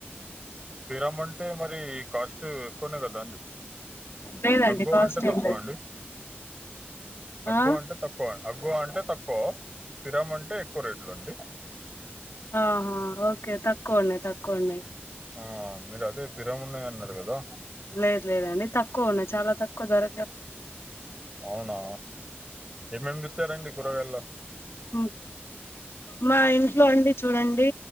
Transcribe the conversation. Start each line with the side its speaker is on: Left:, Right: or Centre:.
Right: పిరమ్ అంటే మరి కాస్ట్ ఎక్కువనే కదాండి.
Left: లేదండి
Right: అగ్వ
Left: కాస్ట్
Right: అంటే తక్కువ
Left: ఏం లేదు
Right: అండి అగ్వ
Left: ఆ
Right: అంటే తక్కువ అగ్గువ అంటే తక్కువ. పిరమ్ అంటే ఎక్కువ రేట్లు అండి.
Left: ఆ హా ఓకే తక్కువ అండి తక్కువ. ఉన్నాయ్
Right: ఆ మీరు అదే పిరమున్నాయి అన్నరు కదా.
Left: లేదు లేదండి తక్కువ ఉన్నాయ్ చాలా తక్కువ ధర
Right: అవునా ఏమేమి తెచ్చారండి? కూరగాయల్ల
Left: మ్మ్ మా ఇంట్లో అండి చూడండీ